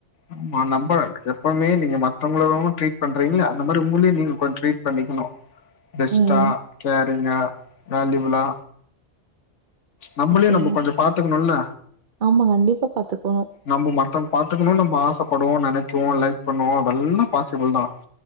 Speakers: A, on the left; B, on the right.
A: ஆமா நம்ப எப்பவுமே நீங்க மத்தவ்ங்களயு ட்ரீட் பண்றீங்ளா அந்த மாரி உங்களயு நீங்க கொஞ்ச ட்ரீட் பண்ணிக்கணு பெஸ்டா
B: ம்.
A: கேரிங்கா வேல்யுபிளா நம்பளே
B: ஓகே.
A: நம்ப கொஞ்ச பாத்துக்கணுல்ல
B: ஆமா, கண்டிப்பா பாத்துக்கணும்.
A: நம்ப மத்தவ்ங் பாத்துக்கணுன் நம்ப ஆசப் படுவோ நெனைக்குவோ லைக் பண்ணுவோ அதெல்லா பாசிபிள் தா